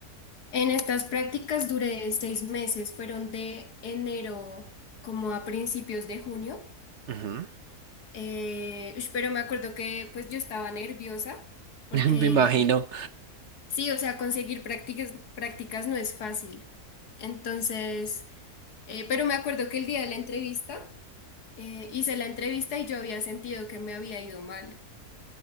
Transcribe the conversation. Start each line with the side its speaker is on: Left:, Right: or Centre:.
Left: En estas prácticas duré seis meses, fueron de enero como a principios de junio.
Right: Ujú.
Left: Eh, ush, pero me acuerdo que pues yo estaba nerviosa porque
Right: <laughs> Me imagino.
Left: sí, o sea, conseguir prácticas, prácticas no es fácil. Entonces, eh, pero me acuerdo que el día de la entrevista Eh, hice la entrevista y yo había sentido que me había ido mal.